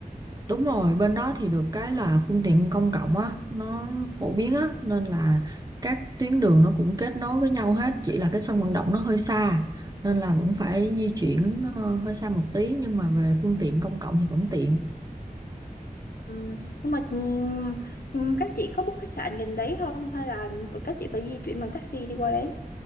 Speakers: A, on the right; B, on the left.
A: Đúng rồi, bên đó thì được cái là phương tiện công cộng á, nó phổ biến á, nên là các tuyến đường nó cũng kết nối với nhau hết, chỉ là cái sân vận động nó hơi xa, nên là vẫn phải di chuyển ờ, hơi xa một tí, nhưng mà về phương tiện công cộng thì vẫn tiện.
B: Ừ, nhưng mà ừm, ừm, các chị có book khách sạn gần đấy không hay là các chị phải di chuyển bằng taxi đi qua đấy?